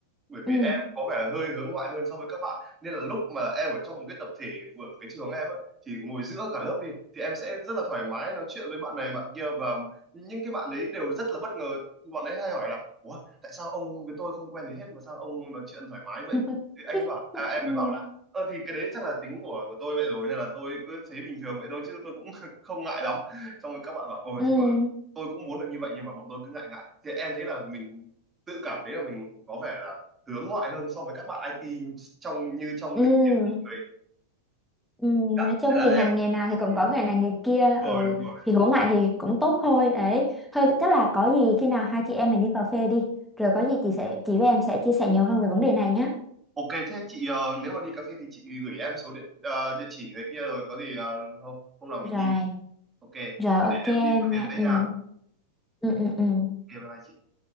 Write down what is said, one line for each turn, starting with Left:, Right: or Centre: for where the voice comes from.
Right: bởi
Centre: ừ
Right: vì em có vẻ là hơi hướng ngoại hơn so với các bạn nên là lúc mà em ở trong một cái tập thể của cái trường em ấy thì ngồi giữa cả lớp đi thì em sẽ rất là thoải mái nói chuyện với bạn này bạn kia và những cái bạn đấy đều rất là bất ngờ bọn ấy hay hỏi là ủa tại sao ông với tôi không quen gì hết mà sao ông nói chuyện thoải mái vậy
Centre: <laughs>
Right: thì anh bảo à,
Centre: ừ
Right: em mới bảo là ờ thì cái đấy chắc là tính của của tôi vậy rồi nên là tôi cứ thấy bình thường vậy thôi chứ tôi cũng <laughs> không ngại lắm xong rồi các bạn bảo ồ
Centre: ừ
Right: thế cô- tôi cũng muốn được như vậy nhưng mà bọn tôi cứ ngại ngại thì em thấy là mình tự cảm thấy là mình có vẻ là hướng ngoại hơn so với các bạn IT trong như trong
Centre: Ừ.
Right: định kiến của người
Centre: Ừ,
Right: Đó,
Centre: nói chung
Right: nên là
Centre: thì
Right: em
Centre: ngành nghề nào thì cũng có
Right: đúng
Centre: nghề này nghề kia
Right: rồi
Centre: ừ,
Right: đúng rồi
Centre: thì hướng lại thì cũng tốt thôi đấy thôi chắc là có gì khi nào hai chị em mình đi cà phê đi rồi có gì chị sẽ chị với em sẽ chia sẻ nhiều hơn về vấn đề này nhé
Right: ok thế chị ờ, nếu mà đi cà phê thì chị gửi em số điện ờ, địa chỉ cái kia rồi có gì ờ, hôm hôm nào mình
Centre: rồi
Right: đi ok em
Centre: rồi ok em
Right: đi theo việc
Centre: nha
Right: đấy
Centre: ừ
Right: nha ok
Centre: ừ ừ ừ
Right: bye bye chị